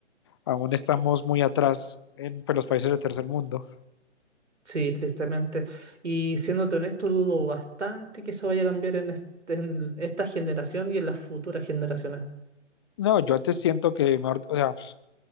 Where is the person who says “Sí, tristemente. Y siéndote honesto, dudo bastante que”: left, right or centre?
Right